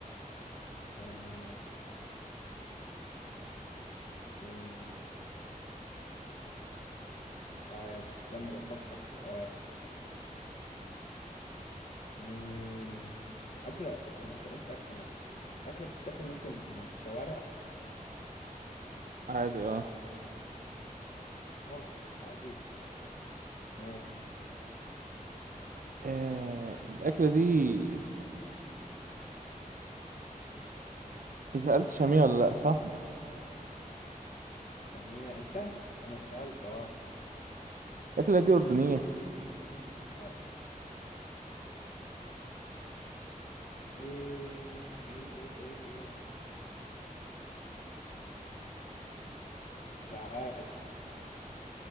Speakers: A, on the left; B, on the right.
A: آه، آه، مش عارف استنى بفكر في سؤال مم. أكلة طب ما أنت قلت أكلة مصرية أكلة بتتاكل ممكن من الشوارع
B: عادي اه
A: واه عادي ماشي
B: آه، الأكلة دي سألت شامية ولا لأ صح؟
A: سمية أنت أنا سألت أه
B: الأكلة دي أردنية
A: لا إيه إيه إيه إيه إيه مش عارف